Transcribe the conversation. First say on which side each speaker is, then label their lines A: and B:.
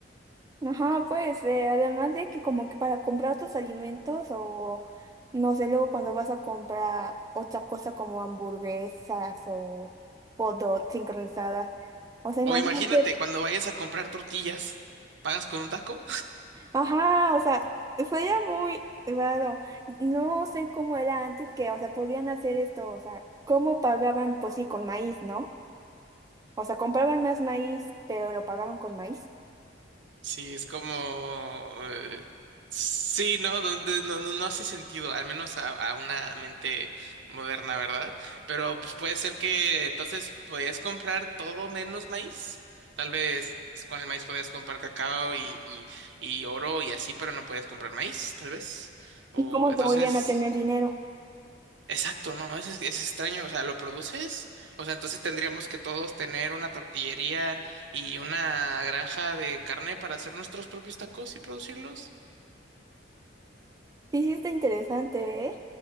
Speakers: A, on the right; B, on the right.
A: Ajá, pues eh, además de que como que para comprar otros alimentos o no sé, luego cuando vas a comprar otra cosa como hamburguesas o hot dogs sincronizadas, o sea,
B: O
A: imagínate,
B: imagínate, cuando vayas a comprar tortillas, ¿pagas con un taco?
A: ajá, o sea, sería muy raro, no sé cómo era antes que, o sea, podían hacer esto, o sea, cómo pagaban, pues sí, con maíz, ¿no? O sea, compraban más maíz, pero lo pagaban con maíz.
B: Sí, es como... eh, sí, no, donde- no, no, no hace sentido, al menos a, a una mente moderna, ¿verdad? Pero pues puede ser que entonces podías comprar todo menos maíz. Tal vez con el maíz podías comprar cacao y, y, y oro y así, pero no podías comprar maíz, tal vez. O
A: ¿Y cómo
B: entonces...
A: volvían a tener dinero?
B: Exacto, no, es, es extraño, o sea, ¿lo produces? O sea, entonces tendríamos que todos tener una tortillería y una granja de carne para hacer nuestros propios tacos y producirlos.
A: Sí, sí, está interesante, ¿eh?